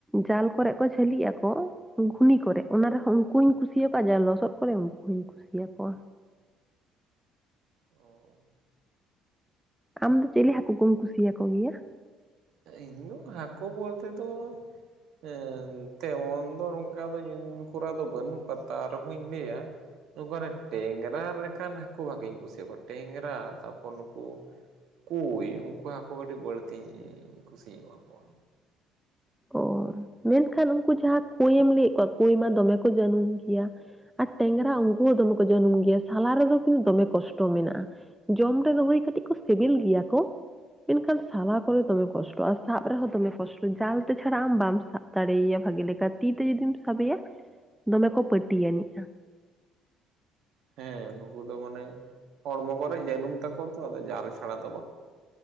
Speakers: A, in the centre; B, on the right (about 65°).
A: ᱡᱟᱞ ᱠᱚᱨᱮ ᱠᱚ ᱡᱷᱟᱹᱞᱤᱜ ᱟᱠᱚ᱾ ᱜᱷᱩᱱᱤ ᱠᱚᱨᱮᱜ ᱚᱱᱟ ᱨᱮᱦᱚᱸ ᱩᱱᱠᱩ ᱦᱚᱸᱧ ᱠᱩᱥᱤᱭᱟᱠᱚᱣᱟ ᱟᱨ ᱡᱟᱦᱟᱸᱭ ᱞᱚᱥᱚᱫ ᱠᱚᱨᱮ ᱩᱱᱠᱩ ᱦᱚᱸᱧ ᱠᱩᱥᱤᱭᱟᱠᱚᱣᱟ᱾
B: ᱚ
A: ᱟᱢ ᱫᱚ ᱪᱮᱞᱮ ᱦᱟᱹᱠᱩ ᱠᱚᱢ ᱠᱩᱥᱤᱭᱟᱠᱚ ᱜᱮᱭᱟ?
B: ᱤᱧ ᱦᱟᱠᱩ ᱵᱚᱞᱛᱮ ᱫᱚ ᱮ ᱛᱮᱢᱚᱱ ᱫᱚ ᱱᱚᱝᱠᱟ ᱫᱚ ᱧᱩ ᱠᱚᱨᱟ ᱫᱚ ᱵᱟᱹᱱᱩᱜ ᱠᱚᱣᱟ ᱛᱟᱣ ᱟᱨᱦᱚᱧ ᱞᱟᱹᱭᱟ ᱱᱚᱝᱠᱟᱱ ᱴᱮᱝᱨᱟ ᱞᱮᱠᱟᱱ ᱦᱟᱹᱠᱩ ᱵᱷᱟᱹᱜᱮᱧ ᱠᱩᱥᱤᱭᱟ ᱠᱚᱣᱟ ᱴᱮᱝᱨᱟ ᱛᱟᱨᱯᱚᱨ ᱱᱩᱠᱩ ᱠᱳᱭ ᱩᱱᱠᱩ ᱦᱟᱹᱠᱩ ᱟᱹᱰᱤ ᱵᱟᱹᱲᱛᱤᱧ ᱵᱟᱹᱲᱛᱤᱧ ᱠᱩᱥᱤᱭᱟᱠᱚᱣᱟ᱾
A: ᱚ ᱢᱮᱱᱠᱷᱟᱱ ᱩᱱᱠᱩ ᱡᱟᱦᱟᱸ ᱠᱳᱭᱮᱢ ᱞᱟᱹᱭᱮᱫ ᱠᱚᱣᱟ ᱠᱳᱭ ᱢᱟ ᱫᱚᱢᱮ ᱠᱚ ᱡᱟᱹᱱᱩᱢ ᱜᱮᱭᱟ᱾ ᱟᱨ ᱴᱮᱝᱨᱟ ᱩᱱᱠᱩ ᱦᱚᱸ ᱫᱚᱢᱮ ᱠᱚ ᱡᱟᱹᱱᱩᱢ ᱜᱮᱭᱟ ᱥᱟᱞᱟ ᱨᱮᱫᱚ ᱠᱤᱱᱛᱩ ᱫᱚᱢᱮ ᱠᱚᱥᱴᱚ ᱢᱮᱱᱟᱜᱼᱟ᱾ ᱡᱚᱢ ᱨᱮᱫᱚ ᱦᱳᱭ ᱠᱟᱹᱴᱤᱡ ᱠᱚ ᱥᱤᱵᱤᱞ ᱜᱮᱭᱟ ᱠᱚ᱾ ᱢᱮᱱᱠᱷᱟᱱ ᱥᱟᱞᱟ ᱠᱚᱨᱮ ᱫᱚᱢᱮ ᱠᱚᱥᱴᱚ ᱟᱨ ᱥᱟᱵ ᱨᱮᱦᱚᱸ ᱫᱚᱢᱮ ᱠᱚᱥᱴᱚ ᱡᱟᱞ ᱛᱮ ᱪᱷᱟᱲᱟ ᱟᱢ ᱵᱟᱢ ᱥᱟᱵ ᱫᱟᱲᱮᱭᱟᱭᱟ ᱵᱷᱟᱜᱤ ᱞᱮᱠᱟ ᱛᱤ ᱛᱮ ᱡᱩᱫᱤᱢ ᱥᱟᱵᱮᱭᱟ ᱫᱚᱢᱮ ᱠᱚ ᱯᱟᱹᱴᱤᱭᱟᱹᱱᱤᱡᱼᱟ᱾
B: ᱦᱮᱸ ᱱᱩᱠᱩ ᱫᱚ ᱢᱟᱱᱮ ᱦᱚᱲᱢᱚ ᱠᱚᱨᱮ ᱡᱟᱹᱱᱩᱢ ᱛᱟᱠᱚ ᱛᱚ ᱟᱫᱚ ᱡᱟᱞ ᱪᱷᱟᱲᱟ ᱫᱚ ᱵᱟᱝ